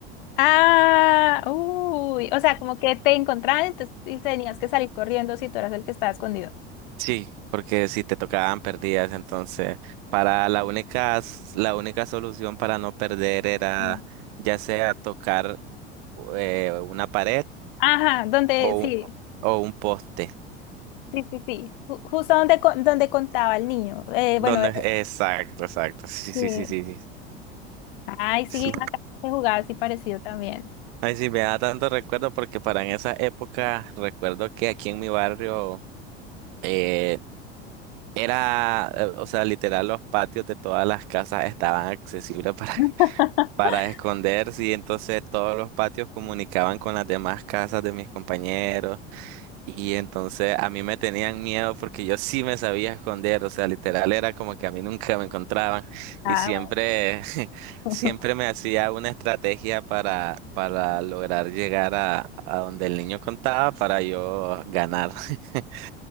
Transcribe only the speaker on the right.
Sí, porque si te tocaban, perdías. Entonces, para la única, s- la única solución para no perder era
ya sea tocar eh, una pared
o,
un- o un poste.
Donde,
exacto, exacto. Sí,
sí, sí, sí, sí.
Sí.
Ay, sí, me da tanto recuerdo porque para en esa época recuerdo que aquí en mi barrio eh, Era, eh, o sea, literal, los patios de todas las casas estaban accesibles para,
<laughs> para esconderse y entonces todos los patios comunicaban con las demás casas de mis compañeros y entonces a mí me tenían miedo porque yo sí me sabía esconder, o sea, literal era como que a mí nunca me encontraban
y siempre, <laughs>
siempre
me hacía una estrategia para, para lograr llegar a, a donde el niño contaba para yo ganar. <laughs>